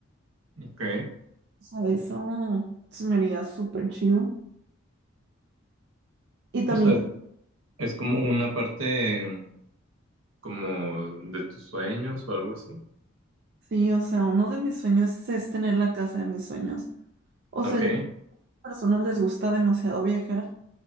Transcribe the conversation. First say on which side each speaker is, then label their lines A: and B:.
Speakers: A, on the right (about 80°); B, on the right (about 55°).
A: okay
B: O sea, eso se me haría súper chido. Y también
A: O sea, es como una parte como de tus sueños o algo así.
B: Sí, o sea, uno de mis sueños es tener la casa de mis sueños. O sea,
A: Ok.
B: yo- a las personas les gusta demasiado viajar,